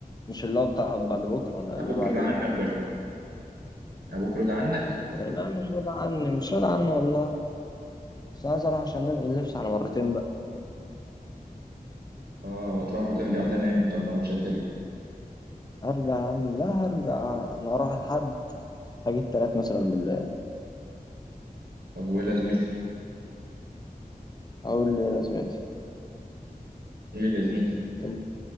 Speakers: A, on the left; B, on the right.
A: مش اللي هو بتاع بعد بكرة ولا
B: ابوك
A: اللي بعد
B: رضى
A: ايه
B: عنك ولا ابوك رضى عنك
A: لا مش راضي عني مش راضي عني والله بس عايز اروح عشان انقل اللبس على مرتين بقى
B: اه هتروح وترجع تاني امتى ولا مش هترجع
A: هرجع يا عم لا هرجع انا هروح لحد هجيب تلات مثلا بالله
B: طب وايه لازمتها
A: اقول لي لازمتي
B: ايه لازمتها
A: ال-